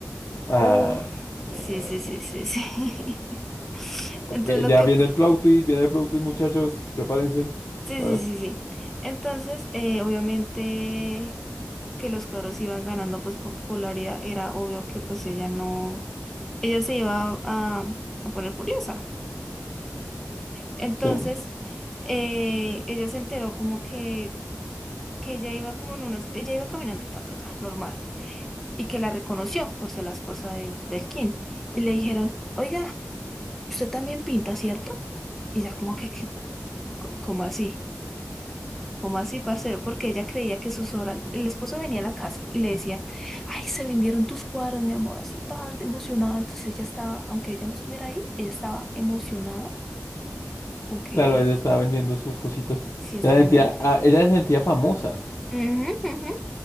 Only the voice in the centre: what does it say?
Oh, sí,
sí, sí, sí, sí. <laughs>
Entonces lo
que
Sí,
sí,
sí, sí. Entonces, eh, obviamente que los cuadros iban ganando pues popularidad, era obvio que pues ella no, ella se iba a, a poner furiosa. Entonces,
eh, ella se enteró como que, que ella iba como en unas, ella iba caminando, ta, ta, ta, normal, y que la reconoció por ser la esposa del, del King. Y le dijeron, oiga, usted también pinta, ¿cierto? Y ella como que, "¿Qué? Co- ¿cómo así? ¿Cómo así, parcero? Porque ella creía que sus obras, el esposo venía a la casa y le decía, ay, se vendieron tus cuadros, mi amor, así tal, de emocionada. Entonces ella estaba, aunque ella no estuviera ahí, ella estaba emocionada con que
sí estaba
vendiendo.
Ujú, ujú.